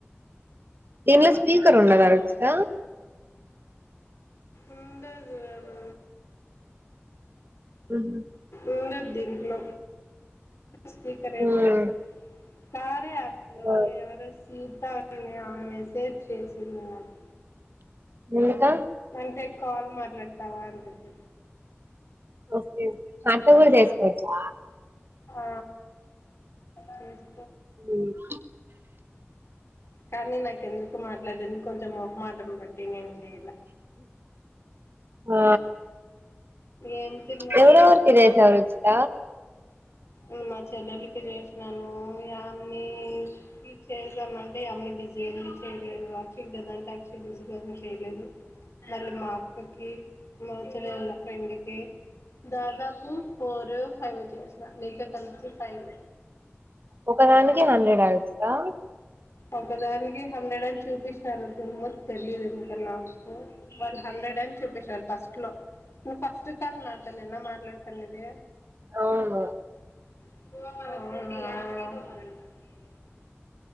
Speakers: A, on the right; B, on the left.
A: దాన్లో స్పీకర్ ఉండదా రిచిక
B: ఉండదు ఏమో
A: ఉండు
B: ఉండదు దీంట్లో స్పీకరేమి
A: ఉమ్
B: ఉండదు కార్య యాప్ లో
A: ఆ,
B: ఎవరు వ సీతా అనే ఆమె మెసేజ్ చేసింది నాకు
A: ఎందుకా
B: అంటే కాల్ మాట్లాడతావా అని చెప్పి
A: ఓకే అంట్ల గూడా చేసుకోవచ్చా
B: ఆ చేస్
A: ఉమ్
B: కానీ నాకెందుకో మాట్లాడనికి కొంచెం మొహమాటం బట్టి నేను చేయలే
A: ఆ
B: ఏం తిన్నావు
A: ఎవరెవరికి జేసావు రుచిక
B: ఉ నా చెల్లెలికి జేసినాను యామిని కి చేదాం అంటే ఆమీని బిజీగా చేయలేదు యాక్చువల్ <unintelligible> బిజీగా వుంది చేయలేదు వాళ్లు మా అక్కకి మా చెల్లెలి ఫ్రెండ్కి దాదాపు ఫోర్ ఫైవొ చేసిన నీతో కలిసి ఫైవు
A: ఒకదానికి హండ్రెడ్ అవుతదా
B: ఒకదానికి హండ్రెడ్ అని చూపించినారు ఏమో తెలీదు ఇంకా నాకు వాళ్లు హండ్రెడ్ అని చూపిచరు ఫస్ట్ లో నూ ఫస్ట్ కాల్ నాతో నేనా మాట్లాడుత్తాంనేది.
A: అవును
B: అవునా